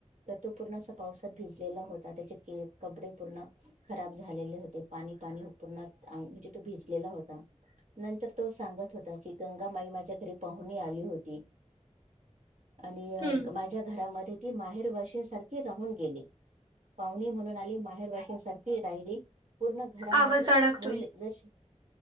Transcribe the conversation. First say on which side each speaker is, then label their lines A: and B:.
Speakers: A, on the right; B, on the right.
A: तर तो पूर्ण असा पावसात भिजलेला होता. त्याचे के कपडे पूर्ण खराब झालेले होते. पाणी पाणी पूर्ण अंग म्हणजे तो भिजलेला होता. नंतर तो सांगत होता की, गंगामाई माझ्या घरी पाहुन आली होती. आणि अ
B: हम्म
A: माझ्या घरामध्ये ती माहेरवाशीन सारखी राहून गेली. पाहुणी म्हणून आली आणि माहेर वाशनीसारखी राहिली. पूर्ण घरामध्ये
B: आवाज अडकतोय
A: मुल जशी